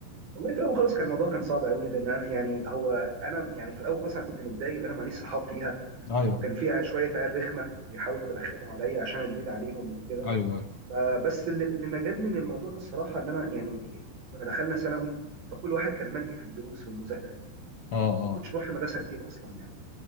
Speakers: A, on the right; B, on the left.
A: والله في الاول خالص كان الموضوع كان صعب قوي لان انا يعني هو انا يعني في الاول خالص انا كنت متضايق لان انا ماليش صحاب فيها
B: ايوه
A: وكان في ع- شويه عيال رخمه بيحاولوا يرخموا عليا عشان انا جديد عليهم وكده
B: ايوه
A: فبس اللي اللي نجدني من الموضوع ده الصراحه ان انا يعني كنا دخلنا ثانوي فكل واحد كان ملهي في الدروس والمذاكره يعني
B: اه
A: ما
B: اه
A: كنتش بروح المدرسه كتير اصلا يعني